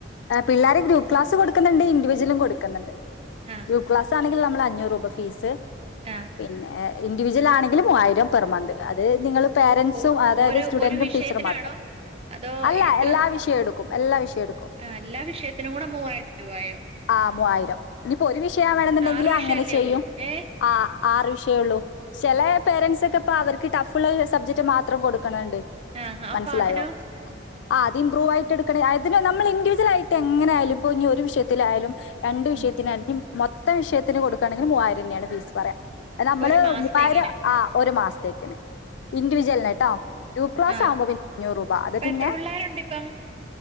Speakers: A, on the left; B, on the right.
A: പിള്ളേരെ ഗ്രൂപ്പ് ക്ലാസ് കൊടുക്കുന്നുണ്ട്. ഇൻഡ് വിജ്ല കൊടുക്കുന്നുണ്ട്,
B: ആ
A: ഗ്രൂപ്പ് ക്ലാസ് ആണെങ്കിൽ നമ്മൾ അഞ്ഞൂറ് രൂപ ഫി ഫീസ്
B: ആ
A: പിന്നെ ഇൻ്റിവിജൽ ആണെങ്കിൽ മുവായിരം പെർമന്ത് അത് നിങ്ങ പേരന്റ്സും
B: ഒ
A: അതായത്
B: ഒരു
A: സ്റ്റുഡന്റും
B: ഒരു വിഷയത്തിനാണോ
A: ടീച്ചർ മാത്രം.
B: അതോ
A: അല്ല
B: എത്ര
A: എല്ലാ വിഷയോടും ക്കും എല്ലാ വിഷയം എടുക്കും.
B: ആ എല്ലാ വിഷയത്തിനും കൂടെ മൂവായിരം രൂപയോ?
A: ആ മൂവായിരം ഇനിയിപ്പോ ഒരു വിഷയം വേണെന്നുണ്ടെങ്കില്
B: ആറ് വിഷയല്ലേ
A: അങ്ങനെ ചെയ്യും.
B: ഉള്ളൂ ഏ
A: ആ ആറ് വിഷയ ഉള്ളൂ ചില പേരൻസ് ഒക്കെ ഇപ്പ അവർക്ക് ടഫ്ള്ള സബ്ജക്ട് മാത്രം കൊടുക്കണണ്ട്,
B: ആ അപ്പൊ
A: മനസ്സിലായോ?
B: അതിനോ
A: ആ അത് ഇംമ്പ്രൂവ് ആയിട്ട് എടുക്കണേ അതിന് നമ്മൾ ഇൻിവിജവൽ ആയിട്ട് എങ്ങനായാലും ഇപ്പെ ഇനി ഒരു വിഷയത്തിലായാലും രണ്ടു വിഷയത്തിന്
B: ഉം
A: അല്ലെങ്കിൽ മൊത്തം വിഷയത്തിന് കൊടുക്കുകണെങ്കിൽ മൂവായിരം ന്നേണ് ഫീസ് പറയാ. അഹ് നമ്മള്
B: ഒരു മാസത്തേക്കിന്
A: മൂവായിരം ആ ഒരു മാസത്തേക്കിന് ഇൻഡിവിജ്വലിന് കേട്ടോ ഗ്രൂപ്പ് ക്ലാസ്
B: ആ
A: ആകുമ്പോ പിന്നെ അഞ്ഞൂറ് രൂപ അത്
B: അപ്പൊ
A: പിന്നെ
B: എത്ര പിള്ളേരുണ്ട് ഇപ്പം